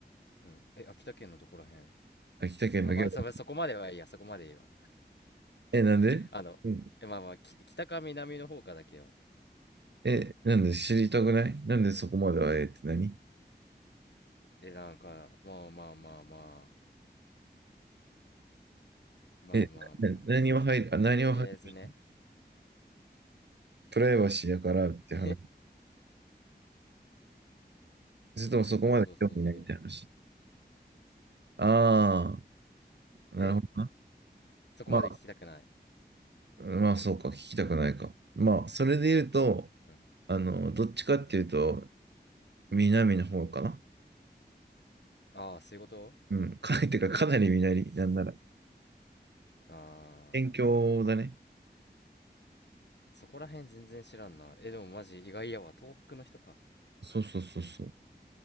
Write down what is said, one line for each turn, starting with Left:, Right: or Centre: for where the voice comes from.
Left: うん。え、秋田県のどこら辺
Right: 秋田県だけど。
Left: あ、まあ、そ、そこまではいいや、そこまでいいわ。
Right: え、なんで、
Left: あの、
Right: うん、
Left: え、まあまあ、き北か南の方かだけは。
Right: え、なんで知りたくないなんでそこまではええって何
Left: え、なんか、まあまあまあまあ、まあまあまあまあ、
Right: え、な何は入るあ、何は入る
Left: とりあえずね。
Right: プライバシーやからって話。
Left: え
Right: それともそこまで興味ないって話。
Left: そうそうそうそう。
Right: ああ、なるほどな。
Left: えそこまで聞きたくない。
Right: ままあ、そうか、聞きたくないか。まあ、それで言うと、
Left: うん。
Right: あの、どっちかっていうと、南の方かな。
Left: ああ、そういうこと
Right: うん、かなりてか、かなり南、なんなら。
Left: ああ
Right: 県境だね。
Left: そこら辺全然知らんな。え、でもマジ意外やわ。東北の人か。
Right: そうそうそうそう。